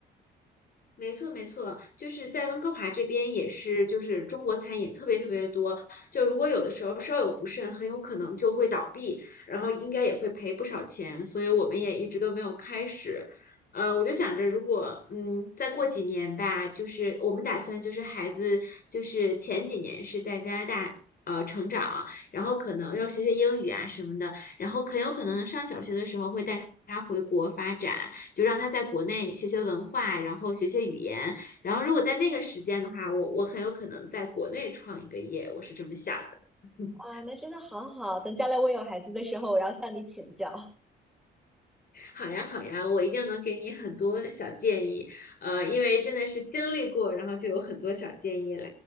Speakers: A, on the left (about 50°); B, in the centre.
A: 没错，没错，就是在温哥华这边也是，就是中国餐饮特别特别的多。就如果有的时候稍有不慎，很有可能就会倒闭，然后应该也会赔不少钱。所以我们也一直都没有开始。嗯、我就想着，如果嗯再过几年吧，就是我们打算就是孩子就是前几年是在加拿大呃成长，然后可能要学学英语啊什么的，然后很有可能上小学的时候会带他回国发展。就让他在国内学学文化，然后学学语言。然后如果在那个时间的话，我我很有可能在国内创一个业，我是这么想的。<laughs>
B: 哇，那真的好好，等将来我有孩子的时候，我要向你请教。
A: 好呀，好呀，我一定能给你很多小建议，呃，因为真的是经历过，然后就有很多小建议了。